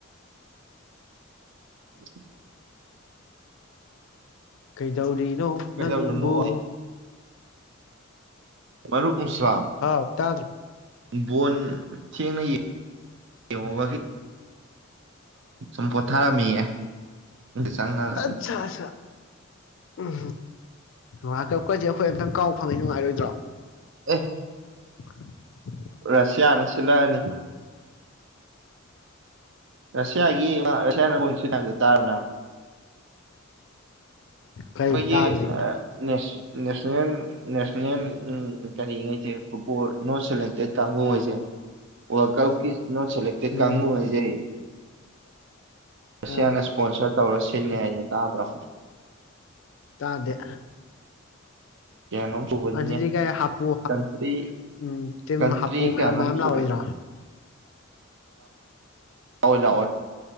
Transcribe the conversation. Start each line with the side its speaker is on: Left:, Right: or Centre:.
Right: ꯎ
Left: ꯀꯩꯗꯧꯔꯤ ꯅꯣ
Right: ꯀꯩꯗꯧꯔꯤꯅꯣ
Left: ꯅꯪꯕꯨꯨ
Right: ꯃꯔꯔ ꯎꯁ
Left: ꯍꯥꯎ ꯇꯥꯗ꯭ꯔꯣ
Right: ꯕꯣꯟ ꯊꯦꯡꯅ ꯌꯦꯡꯉꯕꯒꯤ ꯁꯨꯝ ꯄꯣꯊꯥꯔꯝꯃꯤꯌꯦ ꯆꯪꯉꯒ
Left: ꯑꯆꯥ ꯑꯆꯥ ꯎꯝ ꯋꯥꯔꯜ ꯀꯞꯀꯁꯦ ꯑꯩꯈꯣꯏ ꯑꯝꯇꯪ ꯀꯥꯎ ꯐꯪꯉꯤ ꯅꯨꯡꯉꯥꯏꯔꯣꯏꯗ꯭ꯔꯣ
Right: ꯑꯦ
Left: <unintelligible>
Right: ꯔꯁꯤꯌꯥꯅ ꯁꯤꯜꯂꯑꯅꯤ ꯔꯁꯤꯌꯥꯒꯤ ꯑꯃ ꯔꯁꯤꯌꯥ ꯃꯁꯤ ꯇꯥꯕꯅ
Left: ꯀꯩ
Right: ꯑꯩꯈꯣꯏꯒꯤ
Left: ꯇꯥꯗ꯭ꯔꯤ
Right: ꯅ ꯅꯦꯁꯅꯦꯜ ꯅꯦꯁꯅꯦ ꯎꯝ ꯀꯔꯤꯉꯩꯁꯦ ꯐꯨꯠꯕꯣꯜ ꯅꯣꯠ ꯁꯦꯂꯦꯛꯇꯦꯠ ꯀꯥꯡꯕꯨ ꯍꯥꯏꯁꯦ ꯋꯥꯔꯜ ꯀꯞꯀꯤ ꯅꯣꯠ ꯁꯦꯂꯦꯛꯇꯦꯠ
Left: ꯎꯝ
Right: ꯀꯥꯡꯨ ꯍꯥꯏꯁꯦ ꯔꯁꯤꯌꯥ
Left: ꯑꯥ
Right: ꯅ ꯄꯣꯆꯔꯗ ꯇꯧꯔ ꯁꯤꯜꯂꯦ ꯍꯥꯏꯩꯅ ꯇꯥꯗ꯭ꯔꯣ
Left: ꯇꯥꯗꯦ
Right: ꯀꯌꯥꯅꯣꯝ ꯁꯨꯕꯅꯤꯅꯦ
Left: ꯑꯗꯨꯗꯤ ꯀꯥꯏ ꯍꯥꯄꯨ
Right: ꯀꯟꯇ꯭ꯔꯤ
Left: ꯎꯝ ꯇꯤꯝ
Right: ꯀꯟꯇ꯭ꯔꯤ
Left: ꯍꯥꯄꯨ ꯃꯌꯥꯝ
Right: ꯀꯌꯥꯅꯣꯝ
Left: ꯃꯌꯥꯝ
Right: ꯁꯨꯝ
Left: ꯂꯥꯛꯑꯣꯏꯗ꯭ꯔꯥ
Right: ꯂꯥꯛꯑꯣ ꯂꯥꯛꯑꯣ